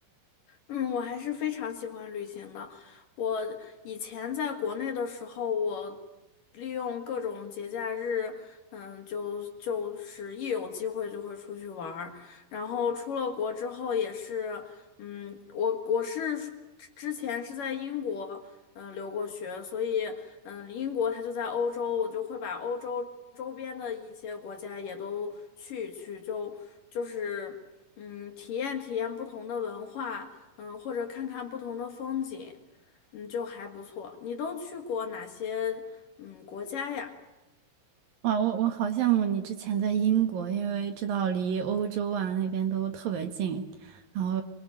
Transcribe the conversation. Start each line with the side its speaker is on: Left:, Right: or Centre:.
Left: 嗯，我还是非常喜欢旅行的。我以前在国内的时候，我利用各种节假日，嗯，就就是一有机会就会出去玩儿。然后出了国之后也是，嗯，我我是之前是在英国，嗯，留过学，所以，嗯，英国它就在欧洲，我就会把欧洲周边的一些国家也都去一去，就就是。嗯，体验体验不同的文化，嗯，或者看看不同的风景，嗯，就还不错。你都去过哪些嗯国家呀？
Right: 哇，我我好羡慕你之前在英国，因为知道离欧洲啊那边都特别近，然后